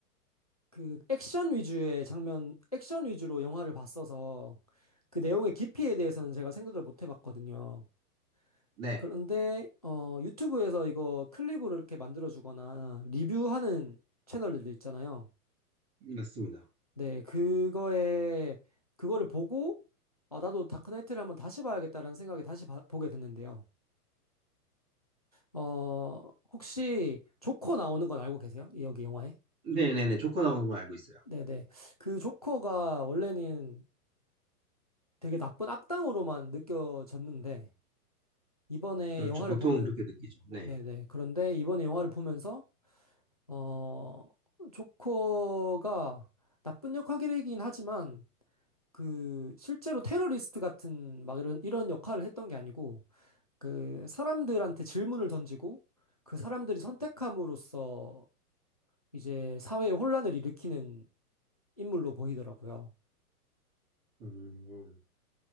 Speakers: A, on the left; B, on the right.
A: 그 액션 위주의 장면, 액션 위주로 영화를 봤어서 그 내용의 깊이에 대해서는 제가 생각을 못 해봤거든요.
B: 네,
A: 그런데 어, 유튜브에서 이거 클립으로 이렇게 만들어주거나 리뷰하는 채널들 있잖아요.
B: 맞습니다.
A: 네, 그거에 그거를 보고 아, 나도 다크나이트를 한번 다시 봐야겠다라는 생각에 다시 봐- 보게 됐는데요. 어, 혹시 조커 나오는 건 알고 계세요? 이 여기 영화에?
B: 네네네, 조커 나오는 걸 알고 있어요.
A: 네네. 그 조커가 원래는 되게 나쁜 악당으로만 느껴졌는데 이번에
B: 그렇죠,
A: 영화를
B: 보통
A: 보면
B: 그렇게 느끼죠. 네.
A: 네네 그런데 이번에 영화를 보면서 어 조커가 나쁜 역할이긴 하지만 그 실제로 테러리스트 같은 막 이런 이런 역할을 했던 게 아니고 그 사람들한테 질문을 던지고 그 사람들이 선택함으로써 이제 사회에 혼란을 일으키는 인물로 보이더라고요.
B: 음.